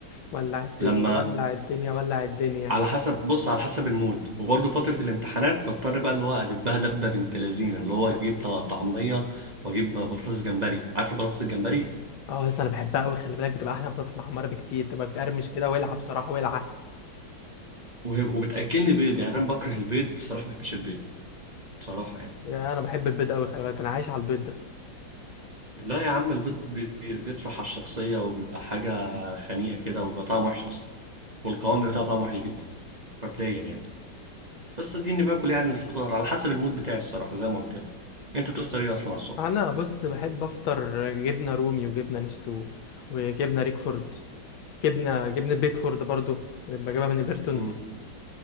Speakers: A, on the left (about 85°); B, on the right (about 25°).
A: ولع الدنيا
B: لما
A: ولع الدنيا ولع الدنيا
B: على حسب بص على حسب المود وبرضه فترة الامتحانات بضطر بقى اللي هو أدبها دبة بنت لذينة اللي هو أجيب طع- طعمية وأجيب بطاطس جمبري عارف البطاطس الجمبري
A: اه لسه انا بحبها قوي خلي بالك بتبقى احلى من بطاطس محمره بكتير تبقى بتقرمش كده ولعه بصراحه ولعه
B: وهي- وبتأكلني بيض يعني أنا بكره البيض بصراحة ما بحبش البيض بصراحة يعني
A: يا انا بحب البيض قوي خلي بالك ده انا عايش على البيض ده
B: لا يا عم البيض بي- بي- بيطفح على الشخصية وبيبقى حاجة خنيقة كده وبيبقى طعمه وحش أصلا والقوام بتاعه طعمه وحش جدا مبدئيا يعني بس اديني باكل يعني الفطار على حسب المود بتاعي الصراحة زي ما قلت لك أنت بتفطر إيه أصلا على الصبح؟
A: انا بص بحب افطر جبنه رومي وجبنه نستو وجبنه ريكفورد جبنه جبنه بيكفورد برضو بجيبها من ايفرتون
B: مم.